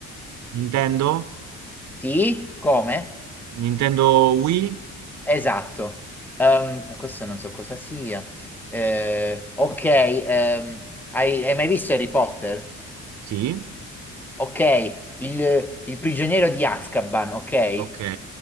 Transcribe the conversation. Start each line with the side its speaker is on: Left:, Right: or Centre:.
Right: Nintendo?
Centre: Sì? Come?
Right: Nintendo Wii?
Centre: Esatto. Ehm, no, questo non so cosa sia. Eh, ok, ehm, hai, hai mai visto Harry Potter?
Right: Sì.
Centre: Ok, il, il prigioniero di Azkaban, ok?
Right: Ok.